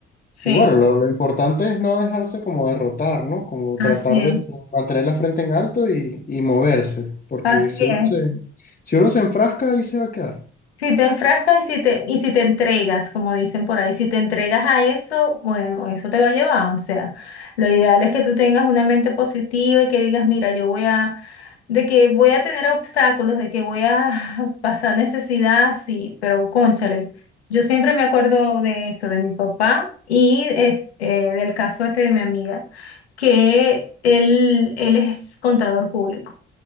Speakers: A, on the left; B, on the left.
A: Sí,
B: Y bueno, lo, lo importante es no dejarse como derrotar, ¿no? Como
A: así
B: tratar de
A: es,
B: mantener la frente en alto y, y moverse, porque
A: así
B: si uno
A: es.
B: se, si uno se enfrasca, ahí se va a quedar.
A: Si te enfrascas y si te, y si te entregas, como dicen por ahí, si te entregas a eso, bueno, eso te va a llevar. O sea, lo ideal es que tú tengas una mente positiva y que digas, mira, yo voy a, de que voy a tener obstáculos, de que voy a <laughs> pasar necesidad, sí, pero cónchale, yo siempre me acuerdo de eso, de mi papá y eh, eh, del caso este de mi amiga, que él, él es contador público.